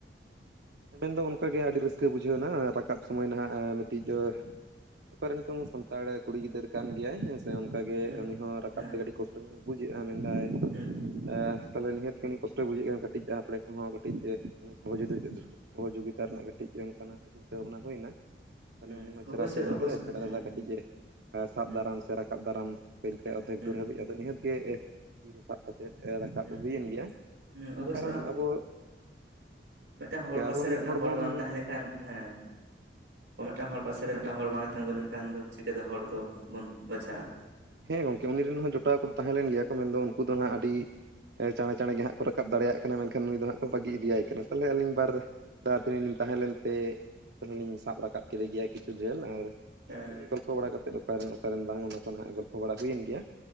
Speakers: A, on the right (about 65°); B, on the right (about 80°).
A: ᱢᱮᱱᱫᱚ ᱚᱱᱠᱟᱜᱮ ᱟᱹᱰᱤ ᱨᱟᱹᱥᱠᱟᱹ ᱵᱩᱡᱷᱟᱹᱣᱱᱟ ᱨᱟᱠᱟᱵ ᱥᱚᱢᱚᱭ ᱱᱟᱦᱟᱸᱜ ᱢᱤᱫᱴᱤᱡ <unintelligible> ᱚᱠᱟᱨᱮᱱ ᱪᱚᱝ ᱥᱟᱱᱛᱟᱲ ᱠᱩᱲᱤ ᱜᱤᱫᱽᱟᱹᱨ ᱠᱟᱱ ᱜᱮᱭᱟᱭ ᱦᱮᱸ ᱥᱮ ᱚᱱᱠᱟ ᱜᱮ
B: ᱦᱮᱸ
A: ᱩᱱᱤ ᱦᱚᱸ ᱨᱟᱠᱟᱵ
B: ᱦᱮᱸ
A: ᱛᱮᱜᱮ ᱠᱟᱹᱴᱤᱡ ᱠᱚᱥᱴᱚ ᱧᱚᱜᱼᱮ ᱵᱩᱡᱽᱮᱜᱟ ᱢᱮᱱᱫᱟᱭ
B: ᱦᱩᱸ
A: ᱮ ᱛᱟᱦᱚᱞᱮ ᱱᱤᱦᱟᱹᱛ ᱜᱮ ᱩᱱᱤ ᱠᱚᱥᱴᱚᱭ ᱵᱩᱡᱷᱮᱫ ᱠᱟᱱ ᱠᱟᱹᱴᱤᱡᱟᱜ ᱟᱯᱲᱮ ᱠᱚᱦᱚᱸ ᱠᱟᱹᱴᱤᱡ ᱮ ᱩᱱᱤ ᱥᱚᱦᱚᱡᱩᱜᱤ <unintelligible> ᱥᱚᱦᱚᱡᱚᱜᱤᱛᱟ ᱨᱮᱱᱟᱜ ᱠᱟᱹᱴᱤᱡ ᱚᱱᱠᱟᱱᱟ ᱚᱱᱟ ᱦᱩᱭ ᱮᱱᱟ ᱛᱟᱦᱚᱞᱮ
B: ᱦᱩᱸ
A: ᱩᱱᱤ ᱦᱚᱸ
B: ᱚᱵᱚᱥᱥᱳᱭ
A: ᱪᱮᱨᱦᱟ ᱥᱟᱦᱤᱡ ᱢᱮᱱ
B: ᱚᱵᱚᱥᱥᱳᱭ
A: ᱠᱮᱫᱟᱭ ᱯᱮᱲᱟ
B: ᱦᱩᱸ
A: ᱫᱟᱫᱟ ᱠᱟᱹᱴᱤᱡ ᱮ ᱥᱟᱵ
B: ᱦᱩᱸ
A: ᱫᱟᱨᱟᱢ ᱥᱮ ᱨᱟᱠᱟᱵ ᱫᱟᱨᱟᱢ ᱠᱟᱹᱧ ᱯᱮ ᱚᱫᱷᱮᱠ
B: ᱦᱩᱸ
A: ᱫᱩᱨ ᱦᱟᱹᱵᱤᱡ ᱟᱫᱚ ᱱᱤᱦᱛᱜ ᱜᱮ ᱛᱤ ᱨᱮ ᱥᱟᱵ ᱠᱟᱛᱮᱫ ᱨᱟᱠᱟᱵ
B: ᱦᱩᱸ
A: ᱦᱩᱭᱮᱱ ᱜᱮᱭᱟ
B: ᱦᱩᱸ ᱚᱵᱚᱥᱥᱳᱭ
A: ᱠᱟᱨᱚᱱ ᱟᱵᱚ ᱦᱮᱸ
B: ᱢᱤᱫᱴᱮᱱ
A: ᱜᱚᱝᱠᱮ
B: ᱦᱚᱲ ᱯᱟᱥᱮ
A: ᱟᱵᱚ
B: ᱨᱮ
A: ᱢᱤᱫ
B: ᱢᱤᱫᱴᱮᱱ ᱦᱚᱲ
A: ᱵᱚᱱ
B: ᱵᱟᱢ ᱛᱟᱦᱮᱸ ᱞᱮᱱᱠᱷᱟᱱ ᱦᱮᱸ ᱚᱵ ᱢᱤᱫᱴᱟᱝ ᱦᱚᱲ ᱯᱟᱥᱮ ᱨᱮ ᱢᱤᱫᱴᱟᱝ ᱦᱚᱲ ᱵᱟᱝ ᱮ ᱛᱤᱸᱜᱩ ᱞᱮᱱᱠᱷᱟᱱ ᱫᱚ ᱪᱤᱠᱟᱹᱛᱮ ᱦᱚᱲ ᱫᱚ ᱵᱚᱱ ᱵᱟᱪᱷᱟᱜ-ᱟ᱾
A: ᱦᱮᱸ ᱜᱚᱝᱠᱮ ᱩᱱ ᱨᱮᱱ ᱦᱚᱸ ᱡᱚᱴᱟᱣ ᱠᱚᱫᱚ ᱛᱟᱦᱮᱸ ᱞᱮᱱ ᱜᱮᱭᱟ ᱠᱚ ᱢᱮᱱᱫᱚ ᱩᱱᱠᱩ ᱫᱚ ᱦᱟᱜ ᱟᱹᱰᱤ ᱪᱟᱬᱮ ᱪᱟᱬᱮ ᱜᱮ ᱦᱟᱸᱜ ᱠᱚ ᱨᱟᱠᱟᱵ ᱫᱟᱲᱮᱭᱟᱜ ᱠᱟᱱᱟ ᱢᱮᱱᱠᱷᱟᱱ ᱱᱩᱭ ᱫᱚ ᱦᱟᱸᱜ ᱠᱚ ᱵᱟᱹᱜᱤ ᱤᱫᱤᱭᱟᱭ ᱠᱟᱱᱟ ᱛᱟᱦᱚᱞᱮ ᱟᱹᱞᱤᱧ ᱵᱟᱨ ᱨᱮ ᱫᱟ ᱛᱟᱹᱲᱤ ᱞᱤᱧ ᱛᱟᱦᱮᱸ ᱞᱮᱱ ᱛᱮ ᱩᱱᱤ ᱞᱤᱧ ᱥᱟᱵ ᱨᱟᱠᱟᱵ ᱠᱮᱫᱮ ᱜᱮᱭᱟ ᱠᱤᱪᱷᱩ ᱡᱷᱟᱹᱞ ᱟᱨ ᱚᱮ
B: ᱦᱮᱸ
A: ᱜᱚᱞᱯᱚ ᱵᱟᱲᱟ ᱠᱟᱛᱮᱫ ᱚᱠᱟᱨᱮᱱ ᱚᱠᱟᱨᱮᱱ ᱵᱟᱝ ᱚᱱᱟ ᱠᱚ ᱦᱟᱜ ᱜᱚᱞᱯᱚ ᱵᱟᱲᱟ ᱦᱩᱭᱮᱱ ᱜᱮᱭᱟ᱾